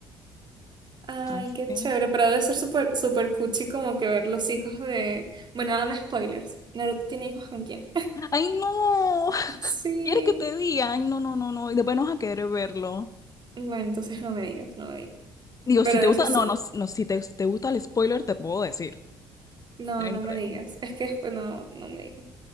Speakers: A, on the right; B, on the left.
A: Ay,
B: Así
A: qué
B: que.
A: chévere, pero debe ser súper súper cuchi como que ver los hijos de... Bueno, dame spoilers. ¿Naruto tiene hijos con quién?
B: ¡Ay, no!
A: <laughs> Sí.
B: ¿Quieres que te digan? No, no, no, no. Y después no vas a querer verlo.
A: Bueno, entonces no me digas, no me digas.
B: Digo,
A: Pero
B: si te
A: debe
B: gusta,
A: ser... su-
B: no, no, no, si te, si te gusta el spoiler, te puedo decir.
A: No,
B: No hay
A: no
B: ningún problema.
A: me digas. Es que después no, no me digas.